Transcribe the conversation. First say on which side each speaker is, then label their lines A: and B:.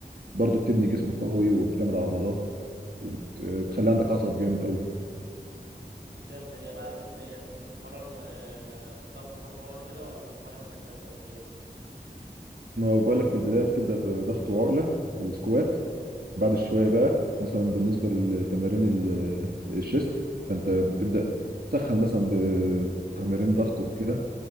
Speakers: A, on the right; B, on the right.
A: برضه بتبني جسم قوي وبتعمل عضلات وبتخلي عندك عصب جامد قوي
B: طب جامد هي بقى بت يعني انت بتتمرن آه، ضغط وبطن ولا كده ولا بتتمرن حاجات تانية ولا ايه بالظبط
A: ما هو بقولك في البداية بتبدأ بضغط وعقلة وسكوات
B: امم امم
A: بعد شوية بقى مثلا بالنسبة للتمارين ال- الشيست فأنت بتبدأ تسخن مثلا بتمارين ضغط وكده